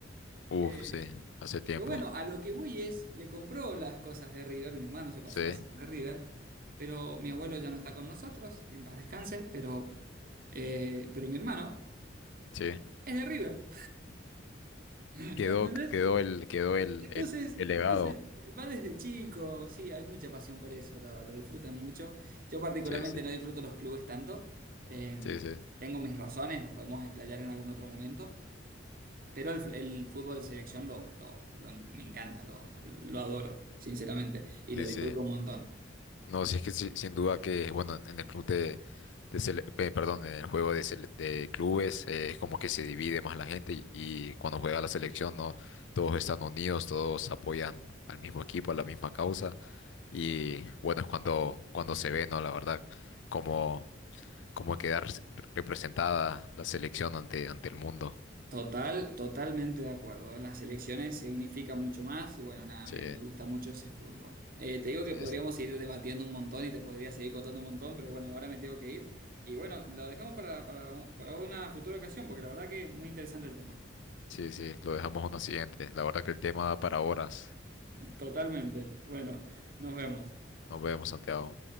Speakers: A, on the left; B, on the right.
A: Uf,
B: Eh,
A: sí. Hace tiempo.
B: pero bueno, a lo que voy es, le compró las cosas de River, mi hermano se pasó
A: Sí,
B: a ser de River, pero mi abuelo ya no está con nosotros, que en paz descanse, pero, eh, pero mi hermano
A: sí.
B: es de River, <laughs>
A: Quedó,
B: ¿me entendés?
A: quedó el, quedó el,
B: Y Entonces,
A: el, el
B: entonces
A: legado.
B: va desde chico, sí, hay mucha pasión por eso, lo, lo disfrutan mucho. Yo particularmente
A: Sí, sí.
B: no disfruto los clubes tanto, eh,
A: Sí, sí.
B: tengo mis razones, los podemos explayar en algún otro momento, pero el, el fútbol de selección lo, lo- lo- me encanta, lo, lo adoro, sinceramente, y
A: Sí,
B: lo disfruto
A: sí.
B: un montón.
A: No, sí es que sí, sin duda que, bueno, en el club de, de sele- eh, perdón, en el juego de, sele- de clubes eh, es como que se divide más la gente y, y cuando juega la selección, no, todos están unidos, todos apoyan al mismo equipo, a la misma causa. Y bueno, es cuando, cuando se ve, ¿no? La verdad, cómo, cómo queda res- representada la selección ante, ante el mundo.
B: Total, totalmente de acuerdo. Las selecciones se unifican mucho más y bueno, nada,
A: Sí,
B: me, me gusta mucho ese fútbol. Eh, te digo
A: sí,
B: que podríamos
A: sí.
B: seguir debatiendo un montón y te podría seguir contando un montón, pero bueno, ahora me tengo que ir. Y bueno, lo dejamos para, para, para una futura ocasión, porque la verdad que muy interesante el tema.
A: Sí, sí, lo dejamos a una siguiente. La verdad que el tema da para horas.
B: Totalmente. Bueno, nos vemos.
A: Nos vemos, Santiago.